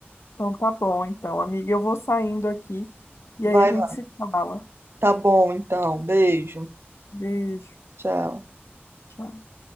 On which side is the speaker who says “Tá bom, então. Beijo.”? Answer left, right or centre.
Right